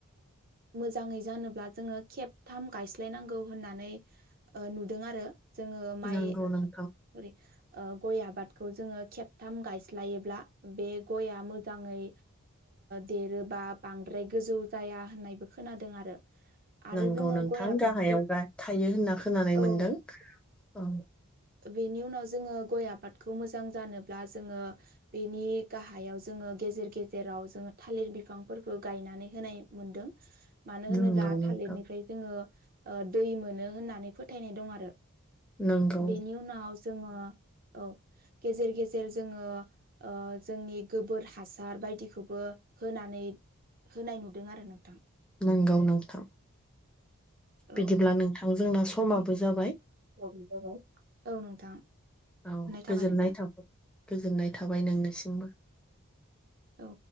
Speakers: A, on the right; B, in the centre.
A: मोजांङै जानोब्ला जोंङो खेब थाम गायस्लायनांगौ होननानै नुदों आरो जोंङो माइरि
B: नंगौ नोंथां
A: गय आबाद जोंङो खेबथाम गायसायो बे गया मोजांङै देरोबा बाद्राय गोजौ जनाय खोनादों आरो
B: आंखौ
A: जोङो
B: नोंथां
A: गय आबादखौ
B: गाहायाव थायो होनना खोनानाय
A: औ
B: मोनदों औ
A: बेनि उनाव जोंङो गय आबादखौ मोजां जानोब्ला जोंङो बेनि गाहायाव जोंङो गेजेर गेजेराव जोंङो थालिर बिफांफोरखौ गायनानै होनाय मोनदों मानो होनोब्ला
B: नंगौ नोंथां
A: थालिरनिफ्राय जोंङो दै मोनो होननानै फोथायनाय दं आरो
B: नंगौ
A: बेनि उनाव जोंङो औ गेजेर गेजेर जोंङो जोंनि गोबोर हासार बायदिखौबो होनानै होनाय नुदों आरो नोंथां
B: नांगौ नोंथां
A: औ
B: बिदिब्ला नोंथां जोंना समाबो
A: <unintelligible>
B: जाबाय
A: औ नोंथां
B: औ
A: थाबाय
B: गोजोननाय
A: नोंथां
B: थाबाय गोजोननाय थाबाय नोंनिसिमबो
A: औ